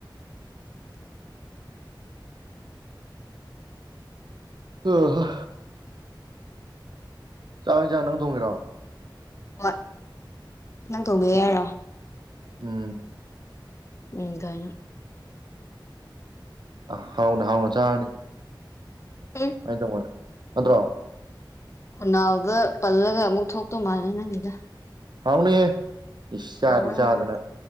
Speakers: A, on the right; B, on the left.
A: ꯍ ꯍꯣ ꯆꯥꯛ ꯍꯅꯤ ꯆꯥꯛ ꯅꯪ ꯊꯣꯡꯒꯤꯔꯣ
B: ꯍ ꯅꯪ ꯇꯧꯕꯤ ꯌꯥꯔꯣ
A: ꯎꯝ
B: ꯎ ꯅ
A: ꯑ ꯍꯥꯎꯅ ꯍꯥꯎꯅ ꯆꯥꯔꯅꯤ
B: ꯍꯂꫭ
A: ꯑꯥꯏꯅ ꯇꯉꯣ ꯅꯟ꯭ꯔꯣ
B: ꯈꯨꯅꯥꯎꯗ ꯄꯜꯂꯒ ꯑꯃꯨꯛ ꯊꯣꯛꯇꯧ ꯃꯥꯜꯂꯦ ꯅꯪꯒꯤꯗ
A: ꯍꯥꯎꯅꯦꯍ ꯏꯁ ꯆꯥꯗꯤ
B: ꯍꯥꯎꯔꯣꯏ
A: ꯆꯥꯗꯅ
B: ꯍꯥꯎꯔꯣꯏ